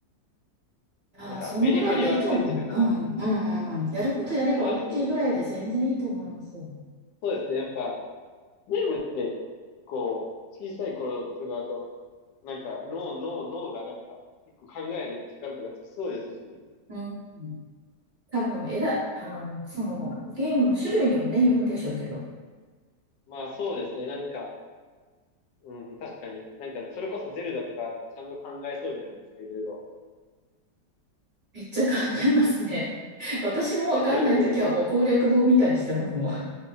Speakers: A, on the right (about 55°); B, on the left (about 80°).
A: ああ、
B: なんかメリハリはついてるかなっていう。
A: そのぐらいでいいと思う。うん、うん、うん。うんやることやれば
B: そうですね。
A: OK ぐらいで全然いいと思います。う
B: そうですね。やっぱ、ゲームって、こう、小さい頃とかだと、なんか脳、脳、脳がなんか、結構考える力とかつきそうですしね。
A: ん。多分、えら、あの、その、ゲームの種類にもね、よるんでしょうけど、
B: まあそうですね、なんか、うん、確かに。なんか、それこそゼルダとかだったらちゃんと考えそうじゃないですか、いろいろ。
A: めっちゃ考えますね。<laughs> 私もわかんないときはもう攻略法見たりしてますもん。
B: ですよね、なんか、